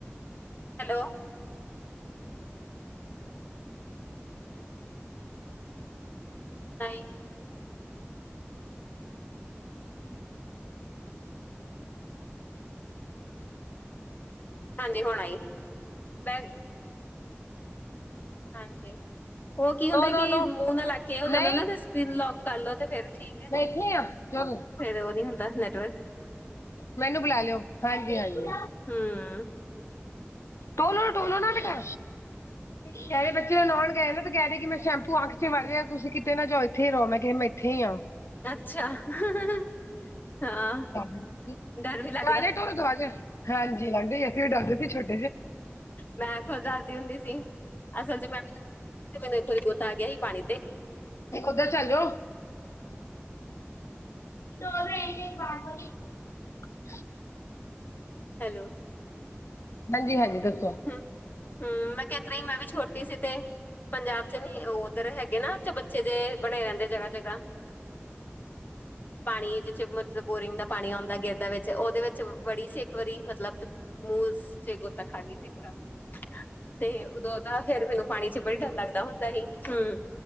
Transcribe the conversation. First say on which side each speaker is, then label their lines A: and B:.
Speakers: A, on the left; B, on the left.
A: ਹੈਲੋ ਆਈ ਹਾਂਜੀ ਹੁਣ ਆਈ ਮੈਂ ਹਾਂਜੀ, ਓਹ ਕੀ ਹੁੰਦਾ
B: ਨੋ ਨੋ
A: ਕਿ
B: ਨੋ
A: ਮੂੰਹ ਨਾਲ ਲਾ ਕੇ ਹੋ ਜਾਂਦਾ
B: ਨਹੀਂ
A: ਨਾ ਤੇ ਸਕਰੀਨ ਲੋਕ ਕਰਲੋ ਤੇ ਫਿਰ ਠੀਕ ਹੈ,
B: ਮੈਂ ਇੱਥੇ ਆ ਚਲੋ
A: ਫਿਰ ਓਹ ਨੀ ਹੁੰਦਾ ਨੈਟਵਰਕ
B: ਮੈਨੂੰ ਬੁਲਾ ਲਿਓ ਹਾਂਜੀ-ਹਾਂਜੀ
A: ਹੂੰ,,,
B: ਟੋਲੋ-ਟੋਲੋ ਨਾ ਬਿਠਾ
A: <inaudible>
B: ਕਹਿ ਰਹੀ ਬੱਚੇ ਨ੍ਹਾਉਣ ਗਏ ਨੇ ਤੇ ਕਹਿ ਰਹੇ ਕਿ ਮੈਂ ਸ਼ੈਂਪੂ ਅੱਖ ਚ ਮਾਰਿਆ ਤੁਸੀਂ ਕਿਤੇ ਨਾ ਜਾਓ ਇਥੇ ਹੀ ਰਹੋ ਮੈਂ ਕਿਹਾ ਮੈਂ ਇਥੇ ਹੀ ਆਂ
A: ਅੱਛਾ। <unintelligible> ਹਾਂ
B: ਤੁਹਾਡੇ
A: ਡਰ ਵੀ ਲੱਗਦਾ
B: ਕੋਲ ਗਾਜਰ ਹਾਂਜੀ ਹਾਂਜੀ ਇਥੇ ਜਾਂਦੇ ਸੀ ਛੁੱਟ
A: ਮੈਂ ਖੁਦ ਦੱਸਦੀ ਹੁੰਦੀ ਸੀ, ਅਸਲ ਚ ਮੈਂ ਤੇ ਮੈਨੂੰ ਇੱਕ ਵਾਰੀ ਗੋਤਾ ਆਗਿਆ ਸੀ ਪਾਣੀ ਤੇ
B: ਉਧਰ ਚੱਲ ਜੋ <unintelligible>
A: ਹੈਲੋ
B: ਹਾਂਜੀ-ਹਾਂਜੀ ਦੱਸ
A: ਹੂਂ-ਹੂਂ ਮੈਂ ਕਿਆ ਇਤ ਰਈ ਮੈਂ ਵੀ ਛੋਟੀ ਸੀ ਤੇ ਪੰਜਾਬ ਚ ਨੀ ਉਹ ਉੱਧਰ ਹੈਗੇ ਨਾ ਚਬੱਚੇ ਜੇਹੇ ਬਨੇ ਰਹਿੰਦੇ ਜਗ੍ਹਾ-ਜਗ੍ਹਾ <inaudible> ਪਾਣੀ ਜਿੱਥੇ ਮਤਲਬ ਬੋਰਿੰਗ ਦਾ ਪਾਣੀ ਆਉਂਦਾ ਗਿਰਦਾ ਵਿੱਚ ਉਹਦੇ ਵਿੱਚ ਵੜੀ ਸੀ, ਇੱਕ ਵਾਰੀ ਮਤਲਬ ਮੂ ਸੇ ਗੋਤਾ ਖਾਗੀ ਸੀ ਪੂਰਾ ਤੇ ਉਦੋਂ ਦਾ ਫੇਰ ਮੈਨੂੰ ਪਾਣੀ ਚ ਬੜੀ ਡਰ ਲੱਗਦਾ ਹੁੰਦਾ ਹੀ ਹੰ